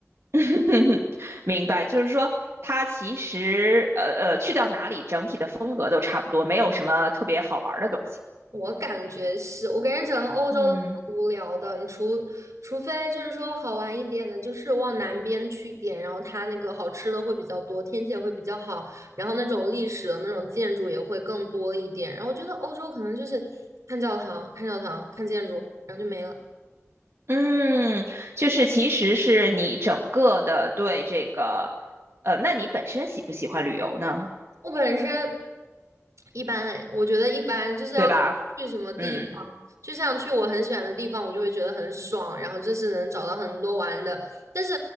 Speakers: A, on the right (about 60°); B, on the right (about 90°).
A: <laughs> 明白，就是说它其实呃呃，去到哪里整体的风格都差不多，没有什么特别好玩儿的东西。
B: 我感觉是，我感觉整个欧洲都蛮无聊的，
A: 嗯。
B: 你除除非就是说好玩一点的，就是往南边去一点，然后它那个好吃的会比较多，天气也会比较好，然后那种历史的那种建筑也会更多一点。然后我觉得欧洲可能就是看教堂、看教堂、看建筑，然后就没了。
A: 嗯，就是其实是你整个的对这个，呃，那你本身喜不喜欢旅游呢？
B: 我本身一般哎，我觉得一般，就是要看去什么地方，
A: 对吧？嗯，
B: 就像去我很喜欢的地方，我就会觉得很爽，然后就是能找到很多玩的。但是，